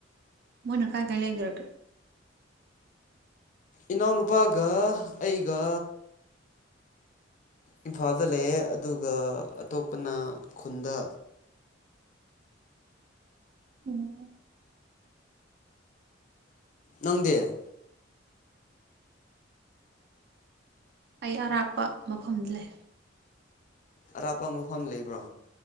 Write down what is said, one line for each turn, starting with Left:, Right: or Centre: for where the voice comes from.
Right: ꯃꯣꯏꯅ ꯀꯥꯏ ꯀꯥꯏ ꯂꯩꯒ꯭ꯔꯒꯦ
Left: ꯏꯅꯥꯎꯅꯨꯄꯥꯒ ꯑꯩꯒ ꯏꯝꯐꯥꯜꯗ ꯂꯩꯌꯦ ꯑꯗꯨꯒ ꯑꯇꯣꯞꯄꯅ ꯈꯨꯟꯗ
Right: ꯑꯣꯝ
Left: ꯅꯪꯗꯤꯦ
Right: ꯑꯩ ꯑꯔꯥꯞꯄ ꯃꯐꯝꯗ ꯂꯩ
Left: ꯑꯔꯥꯞꯄ ꯃꯐꯝ ꯂꯩꯕ꯭ꯔꯣ